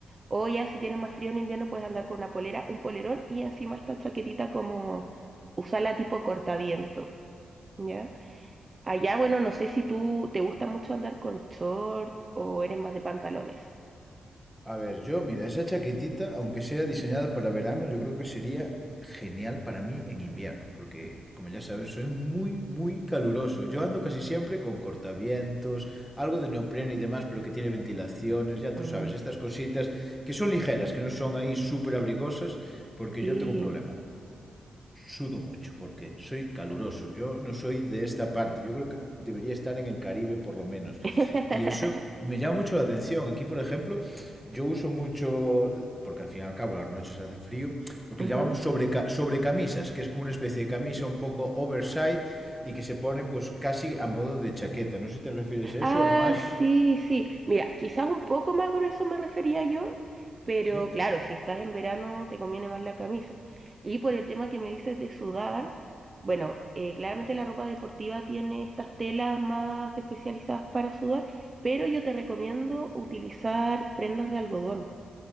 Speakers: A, on the right (about 30°); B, in the centre.
A: o ya si tienes más frío en invierno puedes andar con una polera, un polerón y encima esta chaquetita como usarla tipo cortaviento, ¿ya? Allá, bueno, no sé si tú te gusta mucho andar con short o eres más de pantalones.
B: A ver, yo, mira, esa chaquetita, aunque sea diseñada para verano, yo creo que sería genial para mí en invierno, porque como ya sabes, soy muy, muy caluroso. Yo ando casi siempre con cortavientos, algo de neopreno y demás, pero que tiene ventilaciones, ya
A: Mm,
B: tú sabes, estas cositas que son ligeras, que no son ahí súper abrigosas, porque
A: sí.
B: yo tengo un problema. Sudo mucho, porque soy caluroso. Yo no soy de esta parte. Yo creo que debería estar en el Caribe por lo menos.
A: <laughs>
B: Y eso me llama mucho la atención. Aquí, por ejemplo, yo uso mucho, porque al fin y al cabo las noches hace frío, lo que
A: Ujú.
B: le llamamos sobreca- sobrecamisas, que es como una especie de camisa un poco oversized y que se pone pues casi a modo de chaqueta. No sé si te refieres a
A: Ah,
B: eso o más...
A: sí, sí. Mira, quizás un poco más grueso me refería yo, pero
B: ¿Sí?
A: claro, si estás en verano te conviene más la camisa. Y por el tema que me dices de sudar, bueno, eh, claramente la ropa deportiva tiene estas telas más especializadas para sudar, pero yo te recomiendo utilizar prendas de algodón,